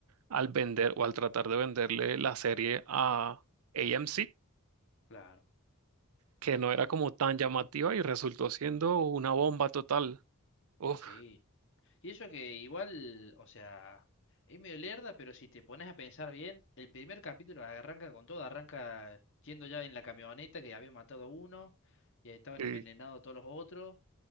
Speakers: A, on the right (about 85°); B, on the left (about 60°).
A: al vender o al tratar de venderle la serie a AMC,
B: claro,
A: que no era como tan llamativa y resultó siendo una bomba total. Uf,
B: sí. Y eso que igual, o sea, es medio lerda, pero si te pones a pensar bien, el primer capítulo arranca con todo, arranca yendo ya en la camioneta que había matado a uno y estaban
A: sí,
B: envenenados todos los otros.